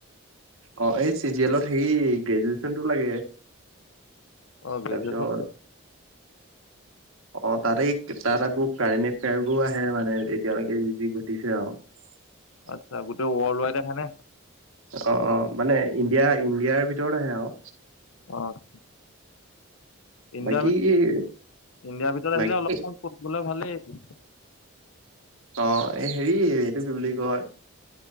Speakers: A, on the right (about 75°); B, on the left (about 75°).
A: অঁ' এই চি জি এলত হেৰি গ্ৰেজুৱেচনটো লাগে।
B: অঁ' গ্ৰেজুৱেচনটো
A: তাৰপিছত অঁ' তাতেই তাত আকৌ কাৰেণ্ট এফেয়াৰ বোৰ আহে মানে এতিয়ালৈকে যি যি ঘটিছে আৰু। <unintelligible>
B: আচ্ছা' গোট ৱৰ্ল্ড ৱাইড আহে নে‌?
A: অঁ' অঁ' মানে ইণ্ডিয়া ইণ্ডিয়াৰ ভিতৰত আহে আৰু।
B: অঁ'। ইণ্ডিয়াৰ
A: বাকী
B: ভিত <unintelligible> ইণ্ডিয়াৰ ভিতৰত
A: বাকী
B: আহিলে অলপমান <unintelligible> ভালেই।
A: অঁ' এই হেৰি এইটো কি বুলি কয়